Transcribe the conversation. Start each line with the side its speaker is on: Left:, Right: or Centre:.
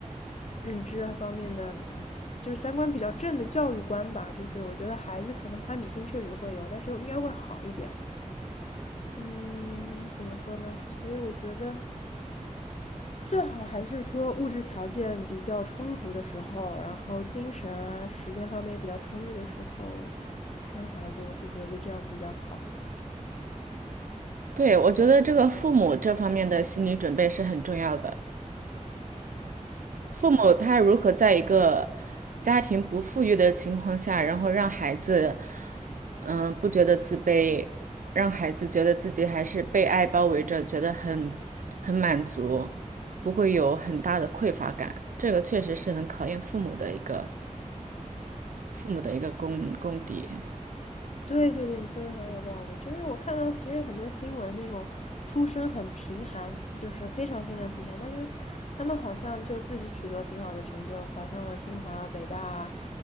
Left: 认知啊方面的，嗯就是三观比较正的教育观吧。就是我觉得孩子可能攀比心确实会有，但是应该会好一点。嗯，怎么说呢？所以我觉得最好还是说物质条件比较充足的时候，然后精神啊、时间方面也比较充裕的时候生孩子，我是觉得这样比较好。
Right: 对，我觉得这个父母这方面的心理准备是很重要的。父母他如何在一个家庭不富裕的情况下，然后让孩子，嗯，不觉得自卑，让孩子觉得自己还是被爱包围着，觉得很很满足，不会有很大的匮乏感。这个确实是很考验父母的一个父母的一个功功底。
Left: 对对对，你说的很有道理。就是我看到其实很多新闻那种出身很贫寒，就是非常非常贫寒，但是他们好像就自己取得了挺好的成就，考上了清华、北大。